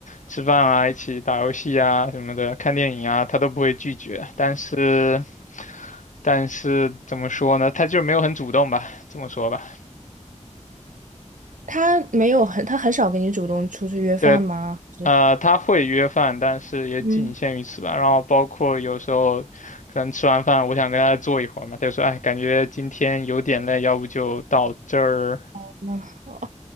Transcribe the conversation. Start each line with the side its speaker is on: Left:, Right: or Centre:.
Left: 吃饭啊，一起打游戏啊什么的，看电影啊，他都不会拒绝。但是，但是怎么说呢？他就没有很主动吧，这么说吧。
Right: 她没有很，她很少跟你主动出去约饭吗？
Left: 对，
Right: 是
Left: 呃，他会约饭，但是也仅限于此吧。
Right: 嗯。
Left: 然后包括有时候可能吃完饭，我想跟他坐一会儿嘛，他就说，哎，感觉今天有点累，要不就到这儿。
Right: <laughs> 啊，哦，